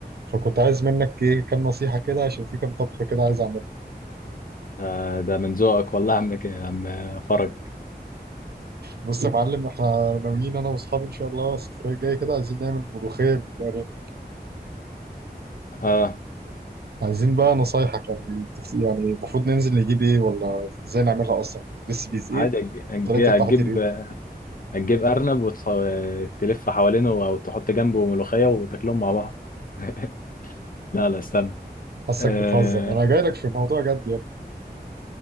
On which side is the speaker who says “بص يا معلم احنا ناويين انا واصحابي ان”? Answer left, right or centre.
Right